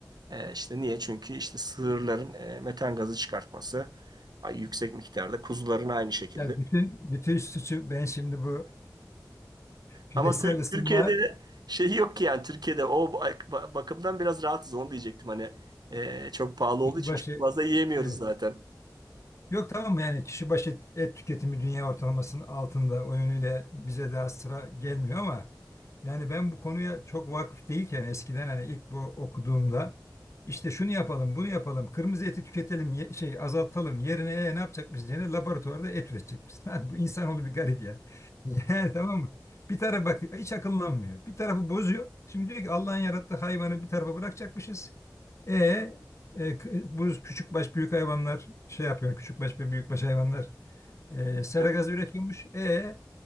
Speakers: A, on the right; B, on the left.
A: E, işte niye? Çünkü işte sığırların e, metan gazı çıkartması ay, yüksek miktarda. Kuzuların aynı şekilde.
B: Ya bütün bütün suçu ben şimdi bu küresel
A: Ama Tür-
B: ısınma
A: Türkiye'de şey yok ki yani Türkiye'de o bak- ba- bakımdan biraz rahatız onu diyecektim. Hani e, çok pahalı
B: kişi
A: olduğu için
B: başı
A: çok fazla yiyemiyoruz
B: e,
A: zaten.
B: Yok tamam yani kişi başı et tüketimi dünya ortalamasının altında o yönüyle bize daha sıra gelmiyor ama yani ben bu konuya çok vakıf değilken eskiden hani ilk bu okuduğumda işte şunu yapalım bunu yapalım kırmızı eti tüketelim ye- şey azaltalım yerine e, ne yapacak biz yerine laboratuvarda et üretecekmişiz. <laughs> Abi bu insanoğlu bir garip ya. <laughs> Yani tamam mı? Bir taraf bak hiç akıllanmıyor. Bir tarafı bozuyor. Şimdi diyor ki Allah'ın yarattığı hayvanı bir tarafa bırakacakmışız. E e, k- bu küçük baş büyük hayvanlar şey yapıyor. Küçük baş ve büyük baş hayvanlar e, sera
A: Evet.
B: gazı üretiyormuş. E